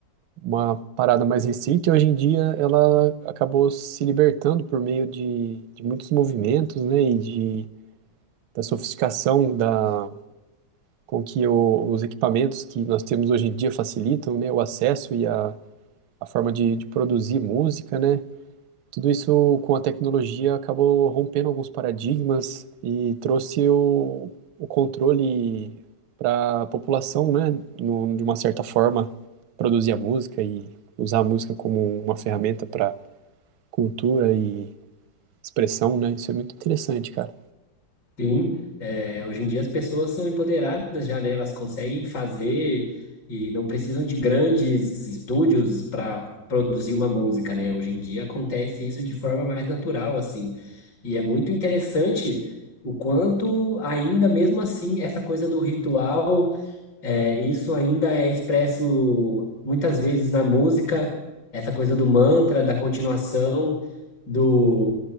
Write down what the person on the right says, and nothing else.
uma parada mais restrita e hoje em dia ela acabou se libertando por meio de, de muitos movimentos, né, e de, da sofisticação da, com que o- os equipamentos que nós temos hoje em dia facilitam, né, o acesso e a, a forma de, de produzir música, né, tudo isso com a tecnologia acabou rompendo alguns paradigmas e trouxe o, o controle para a população, né? No, de uma certa forma, produzir a música e usar a música como uma ferramenta para cultura e expressão, né? Isso é muito interessante, cara.